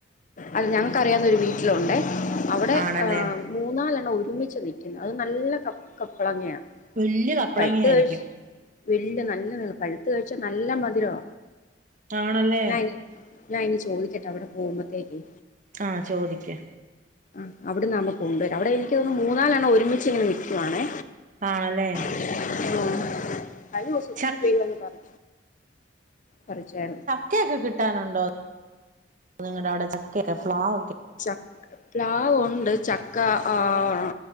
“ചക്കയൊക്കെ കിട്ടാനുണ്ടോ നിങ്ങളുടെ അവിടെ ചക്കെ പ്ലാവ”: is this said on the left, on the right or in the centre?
Right